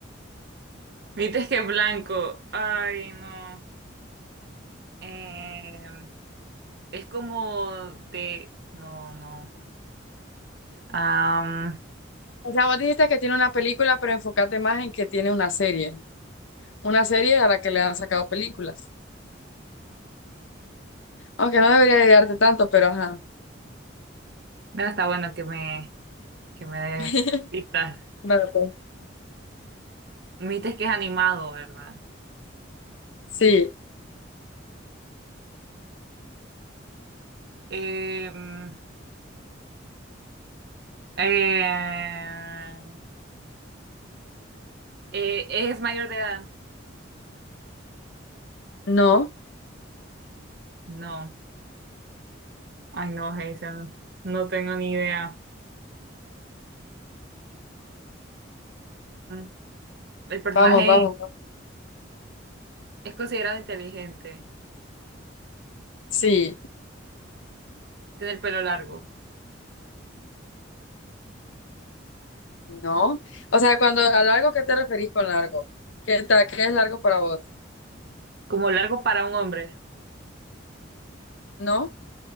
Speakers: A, on the right (about 55°); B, on the left (about 75°).
A: Viste que es blanco, ay no, Em, es como de, no, no, Am,
B: O sea, vos dijiste que tiene una película, pero enfócate más en que tiene una serie. Una serie a la que le han sacado películas. Aunque no debería ayudarte tanto, pero ajá.
A: no está bueno que me, que me des
B: <laughs>
A: pistas.
B: Vale, pues.
A: Me dijiste que es animado, ¿verdad?
B: Sí,
A: Eh, mm, eh, eh, ¿es mayor de edad?
B: no.
A: No. Ay, no, Jason. No tengo ni idea. Mm, El personaje
B: Vamos, vamos,
A: Sí.
B: vamos.
A: es considerado inteligente.
B: Sí,
A: Tiene el pelo largo.
B: no. O sea, cuando a largo, ¿qué te referís con largo? ¿Qué tal? ¿Qué es largo para vos?
A: Como largo para un hombre.
B: No,